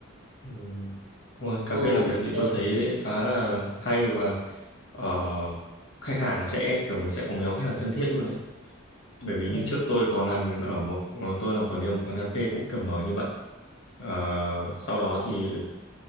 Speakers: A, on the left; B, on the right.
A: Ừ. Ôi, cà
B: ừ,
A: phê làm việc thì
B: thế-
A: tôi thấy khá là hay và ờ, khách hàng sẽ kiểu mình sẽ có một nhóm khách hàng thân thiết luôn đấy. bởi vì
B: ừ.
A: như trước tôi có làm ở một ờ, tôi làm quản lý ở một quán cà phê cũng kiểu mở như vậy Ờ, sau đó
B: ờ,
A: thì